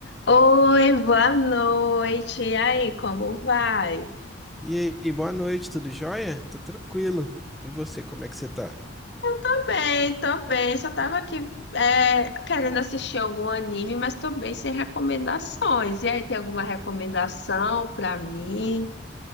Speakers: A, on the left (about 65°); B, in the centre.
A: Oi, boa noite. E aí, como vai?
B: E aí, boa noite, tudo jóia? Tô tranquilo. E você, como é que você tá?
A: Eu tô bem, tô bem. Só tava aqui é, querendo assistir algum anime, mas tô bem sem recomendações. E aí, tem alguma recomendação pra mim?